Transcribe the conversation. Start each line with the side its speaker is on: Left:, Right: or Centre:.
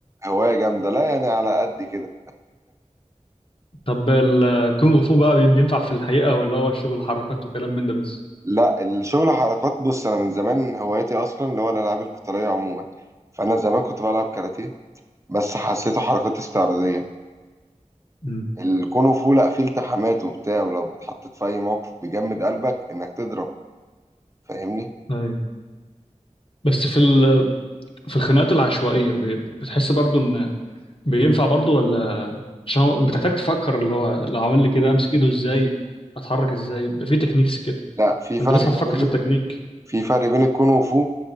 Right: هواية جامدة لا يعني على قد كده
Left: طب الكونغ فو بقى بي- بينفع في الحقيقة ولا هو شغل حركات وكلام من ده بس
Right: لا الشغل حركات بص أنا من زمان هوايتي أصلا اللي هو الألعاب القتالية عموما فأنا زمان كنت بلعب كاراتيه بس حسيته حركات استعراضية
Left: امم
Right: الكونغ فو لا فيه التحامات وبتاع ولو اتحطيت في أي موقف بيجمد قلبك إنك تضرب فاهمني
Left: ايوه بس في ال... في الخناقات العشوائية ب... بتحس برضو ان بينفع برضو ولا عشان هو بتحتاج تفكر اللي هو لو عمل لي كده امسك ايده ازاي اتحرك ازاي بيبقى في تكنيكس كده
Right: لا في
Left: انت
Right: فرق
Left: لسه هتفكر
Right: ما بين
Left: في التكنيك
Right: ال- في فرق بين الكونغ فو